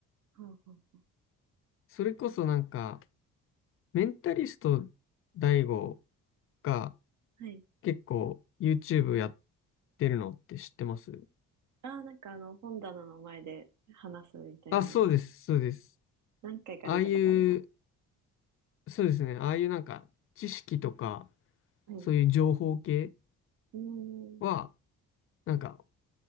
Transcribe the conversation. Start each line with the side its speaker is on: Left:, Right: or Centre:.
Right: はあ、はあ、は
Left: それこそなんか、メンタリストダイゴが
Right: あ。はい。
Left: 結構 YouTube やってるのって知ってます
Right: ああ、なんかあの、本棚の前で話すみたいなの、
Left: あ、そうです、そうです。
Right: 何回か見たことあります。
Left: ああいうそうですね。ああいうなんか知識とか、
Right: はい。
Left: そういう情報系
Right: うーん。
Left: は、なんか、